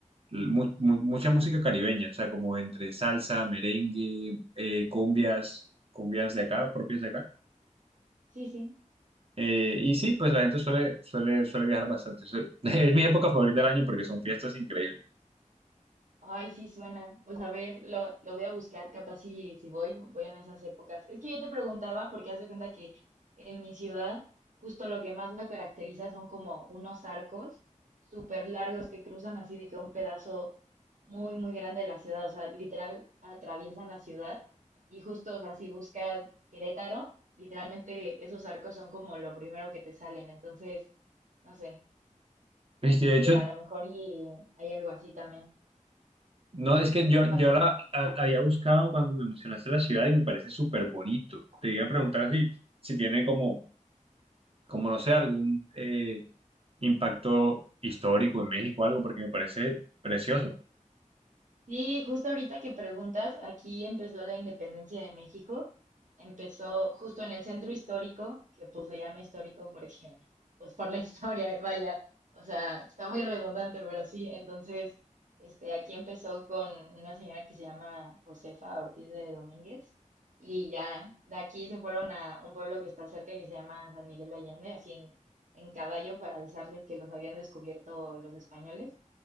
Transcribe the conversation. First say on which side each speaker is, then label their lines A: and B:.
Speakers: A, on the right (about 45°); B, on the right (about 75°).
A: mu- mu- mucha música caribeña, o sea, como entre salsa, merengue, eh, cumbias, cumbias de acá, propias de acá.
B: Sí, sí.
A: Eh, y sí, pues la gente suele, suele, suele viajar bastante. Suele- <laughs> es mi época favorita del año porque son fiestas increíbles.
B: Ay, sí suena. Pues a ver, lo, lo voy a buscar, capaz si, si voy, voy en esas épocas. Es que yo te preguntaba, porque haz de cuenta que en mi ciudad, justo lo que más lo caracteriza son como unos arcos súper largos que cruzan así de que un pedazo muy, muy grande de la ciudad, o sea, literal atraviesan la ciudad. Y justo, o sea, si buscas Querétaro, literalmente esos arcos son como lo primero que te salen. Entonces, no sé,
A: Y de
B: dije,
A: hecho,
B: a lo mejor y hay algo así también.
A: no, es que yo,
B: ¿Qué pasó?
A: yo la, la había buscado cuando me mencionaste la ciudad y me parece súper bonito. Te iba a preguntar si, si tiene como, como no sé, algún eh, impacto histórico en México o algo, porque me parece precioso.
B: Sí, justo ahorita que preguntas, aquí empezó la independencia de México. Empezó justo en el centro histórico, que pues se llama histórico porque, pues por la historia, <laughs> vaya, o sea, está muy redundante, pero sí. Entonces, este, aquí empezó con una señora que se llama Josefa Ortiz de Domínguez, y ya de aquí se fueron a un pueblo que está cerca que se llama San Miguel de Allende, así en, en caballo para avisarles que los habían descubierto los españoles